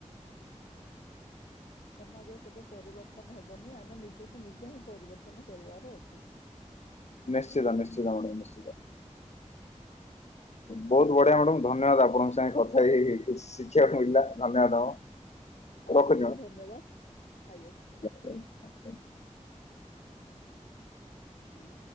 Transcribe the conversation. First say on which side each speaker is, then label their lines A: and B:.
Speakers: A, on the left; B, on the left.
A: ସମାଜରେ। କେବେ ପରିବର୍ତ୍ତନ ହବନି ଆମ ନିଜକୁ ନିଜେ ହିଁ ପରିବର୍ତ୍ତନ କରିବାର ଅଛି।
B: ନିଶ୍ଚିତ ନିଶ୍ଚିତ ମ୍ୟାଡ଼ାମ ନିଶ୍ଚିତ। ବହୁତ ବଢିଆ ମ୍ୟାଡାମ ଧନ୍ୟବାଦ ଆପଣଙ୍କ ସାଙ୍ଗେ କଥା ହେଇ କିଛି ଶିଖିବାକୁ ମିଳିଲା ଧନ୍ୟବାଦ।
A: ଆପଣଙ୍କୁ
B: ରଖୁଛି ମ୍ୟାଡ଼ାମ
A: ଧନ୍ୟବାଦ ଆଜ୍ଞା।
B: ଆଜ୍ଞା। ଆଜ୍ଞା।
A: ହୁଁ।